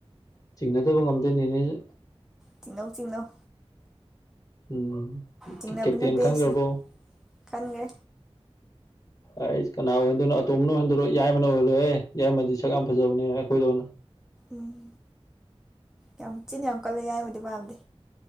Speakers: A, on the left; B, in the centre.
A: ꯆꯤꯡꯅꯗꯕ ꯉꯝꯗꯦ ꯅꯦꯅꯦꯖꯤ
B: ꯆꯤꯡꯅꯧ ꯆꯤꯡꯅꯧ
A: ꯎꯝ
B: ꯆꯤꯡꯅꯕꯅ
A: ꯀꯦꯞꯇꯦꯟ
B: ꯕꯦꯁꯅꯤ
A: ꯈꯟꯒꯔꯕꯣ
B: ꯈꯟꯈ꯭ꯔꯦ
A: ꯑꯩꯁ ꯀꯅꯥ ꯑꯣꯏꯍꯟꯗꯣꯏꯅꯣ ꯑꯇꯣꯝꯕꯅ ꯑꯣꯏꯍꯟꯗꯣꯏꯔꯣ ꯌꯥꯏꯃꯅ ꯑꯣꯏꯍꯜꯂꯣꯍꯦ ꯌꯥꯏꯃꯗꯤ ꯁꯛ ꯌꯥꯝ ꯐꯖꯕꯅꯦ ꯑꯈꯣꯏꯗꯧꯅ
B: ꯎꯝ ꯌꯥꯝ ꯆꯤꯟ ꯌꯥꯝ ꯀꯜꯂꯦ ꯌꯥꯏꯃꯗꯤ ꯃꯥꯟꯗꯦ